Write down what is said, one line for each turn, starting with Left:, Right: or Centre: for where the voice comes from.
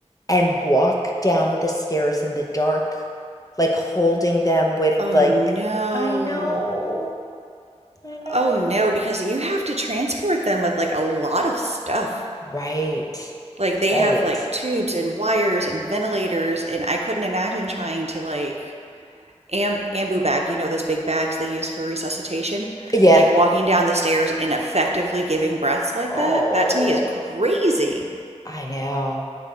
Left: and walk down the stairs in the dark, like holding them with
Right: Oh
Left: like,
Right: no.
Left: I know, I know.
Right: Oh no, because you have to transport them with like a lot of stuff.
Left: Right,
Right: Like they
Left: right.
Right: have like tubes and wires and ventilators, and I couldn't imagine trying to like am ambu bag, you know, those big bags they use for resuscitation,
Left: Yeah,
Right: like walking down the stairs and effectively giving breaths like
Left: Oh,
Right: that. That to me is crazy.
Left: I know.